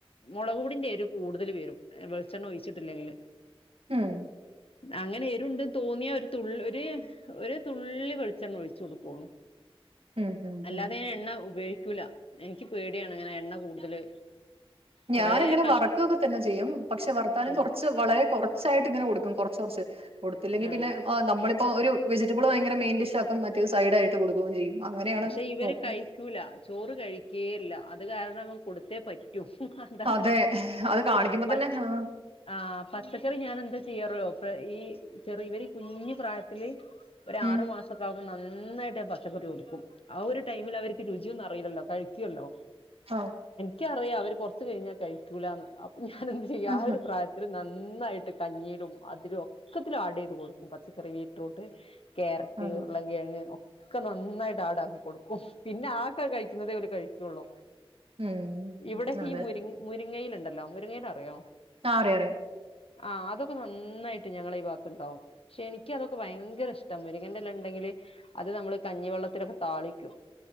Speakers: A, on the left; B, on the right.
A: മുളക് പൊടിന്റെ എരു കൂടുതൽ വരും വെളിച്ചെണ്ണ ഒഴിച്ചിട്ടില്ലെങ്കിൽ
B: മ്മ്
A: അങ്ങനെയെരുണ്ട് തോന്നിയ ഒരു തുള്ള് ഒരു തുള്ളി വെളിച്ചെണ്ണ ഒഴിച്ചു കൊടുക്കുള്ളൂ
B: ഉം ഉം
A: അല്ലാതെ
B: ഉം
A: എണ്ണ ഉപയോ ക്കൂല എനിക്ക് പേടിയാണ് ഇങ്ങനെ എണ്ണ കൂടുതല്
B: ഞാൻ
A: കൊറേ
B: ഇങ്ങനെ
A: കഷ്
B: വറക്കുവൊക്കെ തന്നെ ചെയ്യും പക്ഷെ വർത്താലും
A: ഉം
B: കുറച്ച് വളരെ കുറച്ചായിട്ട് ഇങ്ങനെ കൊടുക്കും ച്ചൊർച്ച് കൊടുത്തില്ലെങ്കിൽ
A: ആഹ്
B: പിന്നെ ആ നമ്മൾ ഇപ്പോൾ ഒരു വെജറ്റബിൾ ഭയങ്കര മെയിൻ ഡിഷ് ആകും മറ്റേത് സൈഡായിട്ട് കൊടുക്കുകയും ചെയ്യും അങ്ങനെയാണ്
A: പക്ഷെ ഇവർ
B: നോക്കും
A: കഴിക്കൂല ചോറ് കഴി കെയില്ല അത് കാരണം കൊടുതെ പറ്റ ഹും അതാണ്
B: അതെ അത് കാണിക്കുമ്പോ
A: ആ പച്
B: തന്നെ ആഹ്
A: ആ പച്ചക്കറി ഞാൻ എന്താ ചെയ്യാറോ ഈ ചെറി ഇവർ കുഞ്ഞു പ്രായത്തില് ഒര്
B: ഉം
A: ആറു മാസക്ക നന്നായിട്ട് പച്ചക്കറി കൊടുക്കും ആ ഒരു ടൈമിൽ അവർക്ക് രുചിയൊന്നും അറിയില്ലല്ലോ കഴിക്കുവല്ലോ
B: ആഹ
A: ക്കറിയാം അവര് കൊറച്ച് കഴിഞ്ഞാ കഴിക്കൂലാന്ന് ഞാൻ എന്ത് ചെയ്യാ
B: ആഹ്
A: ആ ഒരു പ്രായത്തില് നന്നി ന്നായിട്ട് കഞ്ഞീരും അതിലും ഒക്കത്തിലും ആഡ് ചെയ്ത് കൊടുക്കും പച്ചക്കറി വീറ്റ്റൂട്ട് ക്യാരറ്റ്
B: ആഹ്
A: ഉരുളം കിഴങ്ങ് ഒ ക്ക നന്നായി ടാക്കി കൊടുക്കും പിന്നെ ആക്കെ കഴിക്കുന്നതേ അവര് കഴിക്കുള്ളൂ
B: ഉം
A: ഇവിടെക്കെ
B: അതെ
A: ഈ മുരി മുരിങ്ങയില്ണ്ട് ലൗ മുരങ്ങേനറിയോ
B: ആ അറിയാറിയാം
A: ആ അതൊക്കെ നന്നായിട്ട് ഞങ്ങള ഈ ഭാഗത്തുണ്ടാവും പക്ഷെ എനിക്ക് അതൊക്കെ ഭയങ്കര ഇഷ്ടം മുരങ്ങന്റെല്ലാം ഉണ്ടെങ്കില് അത് നമ്മള് കഞ്ഞിവെള്ളത്തിലൊകെ താളിക്കും